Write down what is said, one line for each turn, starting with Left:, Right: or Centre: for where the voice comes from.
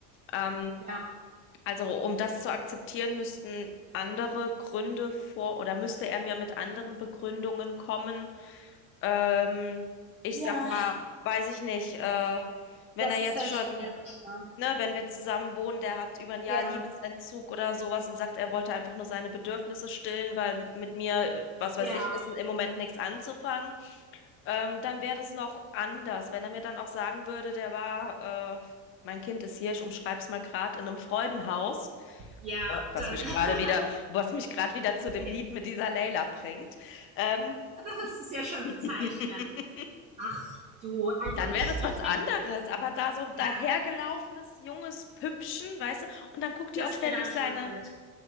Left: Ähm,
Right: ja.
Left: also um das zu akzeptieren, müssten andere Gründe vor oder müsste er mir mit anderen Begründungen kommen ähm, ich
Right: Ja,
Left: sag mal, weiß ich nicht, äh, wenn
Right: das
Left: er jetzt
Right: ist dann
Left: schon,
Right: schwierig, ne?
Left: ne, wenn wir zusammen wohnen, der hat über ein Jahr
Right: Ja.
Left: Liebesentzug oder sowas und sagt, er wollte einfach nur seine Bedürfnisse stillen, weil mit mir, äh, was
Right: Ja,
Left: weiß ich, ist im Moment nichts anzufangen, ähm, dann wäre das noch anders. Wenn er mir dann auch sagen würde, der war, äh, mein Kind ist hier, ich umschreib's mal gerade in einem Freudenhaus,
Right: ja,
Left: äh, was
Right: dann,
Left: mich
Right: <laughs>
Left: gerade wieder, was mich gerade wieder zu dem
Right: ja,
Left: Lied mit dieser Layla bringt. Ähm,
Right: das ist ja schon
Left: <laughs>
Right: bezeichnend. Ach du, also
Left: Dann
Right: ich,
Left: wäre das
Right: ich
Left: was anderes,
Right: denke,
Left: aber da so ein dahergelaufenes
Right: ja,
Left: junges Püppchen, weißt du, und dann guckt die
Right: das
Left: auch ständig
Right: wäre dann
Left: seine,
Right: schon blöd.